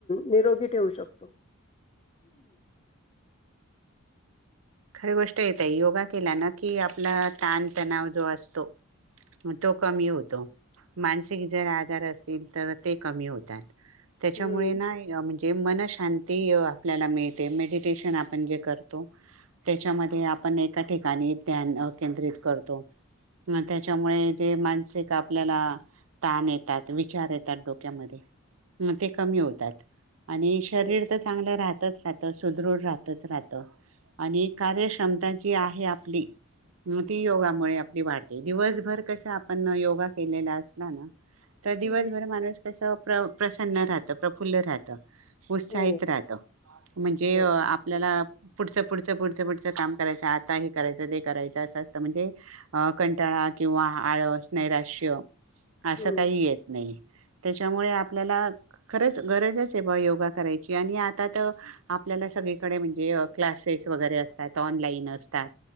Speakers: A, on the left; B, on the right.
A: निरोगी ठेवू शकतो.
B: खरी गोष्ट येत आहे योगा केला ना की आपला ताणतणाव जो असतो तो कमी होतो मानसिक जर आजार असतील तर ते कमी होतात. त्याच्यामुळे
A: हम्म.
B: ना. ज मनशांती आपल्याला मिळते मेडिटेशन आपण जे करतो. त्याच्यामध्ये आपण एका ठिकाणी ध्यान केंद्रित करतो म त्याच्यामुळे जे मानसिक आपल्याला ताण येतात विचार येतात डोक्यामध्ये म ते कमी होतात. आणि शरीर
A: हो.
B: तर चांगलं राहत राहत सुदृढ राहतच राहत. आणि कार्यक्षमता जी आहे आपली ती योगामुळे आपली वाढते दिवसभर कस आपण योगा केलेला असला ना. तर दिवसभर
A: हम्म,
B: माणूस क- प्र प्रसन्न राहत प्रफुल्ल राहत. उत्साहित
A: हो.
B: राहत म्हणजे
A: हो.
B: आपल्याला पुढचं- पुढचं -पुढचं काम करायचं आता हे करायचं ते करायचं असं असतं म्हणजे अ कंटाळा किंवा आळस नैराश्य. असं
A: हम्म.
B: काही येत नाही. त्याच्यामुळे आपल्याला खरंच गरजच आहे ब योगा करायची आणि आता तर आपल्याला सगळीकडे म्हणजे क्लासेस. वगैरे असतात ऑनलाईन असतात.